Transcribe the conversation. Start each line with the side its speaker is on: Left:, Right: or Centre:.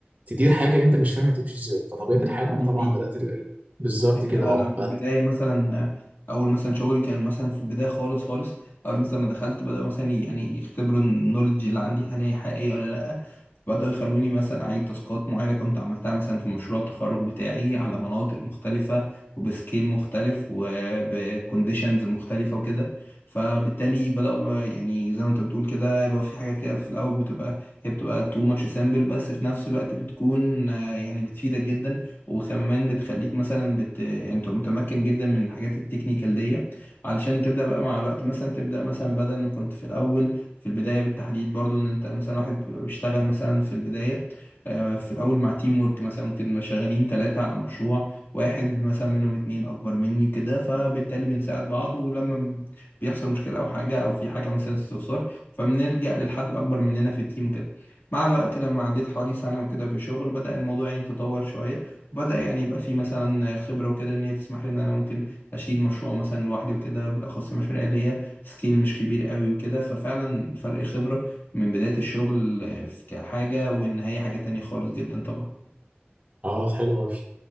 Right: تدير حاجه انت مش فاهم تمشي ازاي فطبيعه
Left: بالظبط،
Right: الحال
Left: دي
Right: انا طبعا
Left: حقيقة.
Right: بدات ال- ال- بالظبط
Left: الحقيقة
Right: كده اه
Left: أنا في البداية
Right: بدأت.
Left: مثلا آه، أول مثلا شغلي كان مثلا في البداية خالص خالص أول مثلا ما دخلت بدأوا مثلا ي- يعني يختبروا النولج اللي عندي هل هي حقيقية ولا لأ بدأوا يخلوني مثلا أعيد تاسكات معينة كنت عملتها مثلا في مشروع التخرج بتاعي على مناطق مختلفة وبسكيل مختلف وبكونديشنز مختلفة وكده فبالتالي بدأوا آه، يعني زي ما أنت بتقول كده اللي هو في حاجات كده في الأول بتبقى هي بتبقى too much simple بس في نفس الوقت بتكون آه، يعني بتفيدك جدا وكمان بتخليك مثلا بت... يعني انت متمكن جدا من الحاجات التكنيكال دي علشان تبدأ بقى مع الوقت مثلا تبدأ مثلا بدل ما كنت في الأول في البداية بالتحديد برضو ان انت مثلا واحد بيبقى بيشتغل مثلا في البداية آه، في الأول مع تيم ورك مثلا ممكن نبقى شغالين ثلاثة على مشروع واحد مثلا منهم اتنين أكبر مني كده فبالتالي بنساعد بعض ولما بيحصل مشكلة أو حاجة أو في حاجة مثلا استفسار فبنلجأ للحد الأكبر مننا في التيم كده مع الوقت لما عديت حوالي سنة وكده في الشغل بدأ الموضوع يعني يتطور شوية بدأ يعني يبقى في مثلا خبرة وكده إن هي تسمح لي إن أنا ممكن أشيل مشروع مثلا لوحدي وكده بالأخص المشاريع اللي هي سكيل مش كبير قوي وكده ففعلا فرق خبرة من بداية الشغل آه، في- كحاجة والنهاية حاجة تانية خالص جدا طبعا
Right: اه حلو قوي